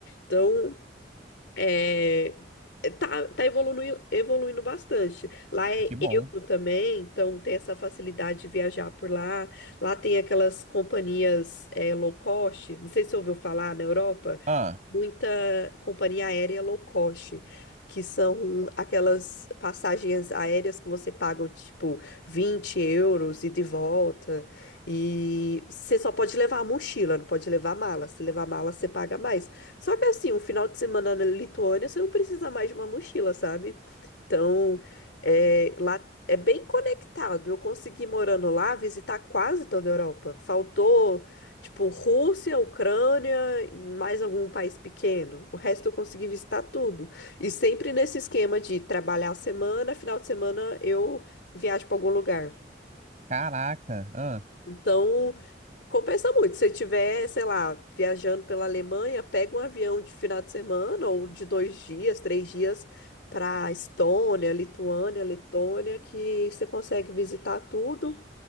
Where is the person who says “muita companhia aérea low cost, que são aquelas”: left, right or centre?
Left